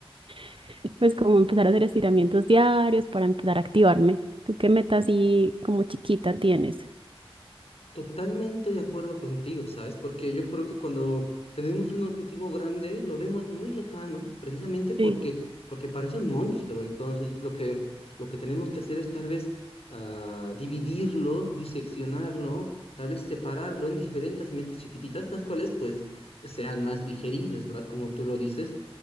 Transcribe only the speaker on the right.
<laughs> pues como empezar a hacer estiramientos diarios para empezar a activarme. ¿Tú qué meta así como chiquita tienes?
Sí.